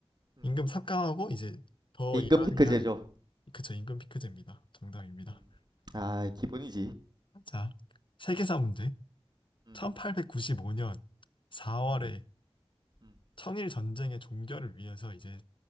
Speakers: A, on the right; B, on the left.
A: 음.
B: 임금 삭감하고 이제 더
A: 임금
B: 일하게
A: 피크
B: 하는
A: 제조.
B: 그쵸 임금 피크제입니다. 정답입니다.
A: 음, 아, 기본이지.
B: 자, 세계사 문제.
A: 음,
B: 1895년 4월에
A: 음, 음,
B: 청일 전쟁의 종결을 위해서 이제